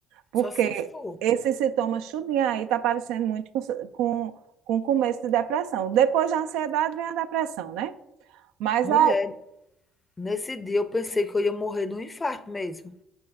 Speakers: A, on the right; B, on the left.
A: Porque
B: só se for".
A: esse sintoma tudinho aí tá parecendo muito com, com, com começo de depressão. Depois da ansiedade vem a depressão, né? Mas
B: Mulher,
A: a,
B: nesse dia eu pensei que eu ia morrer de um infarto mesmo.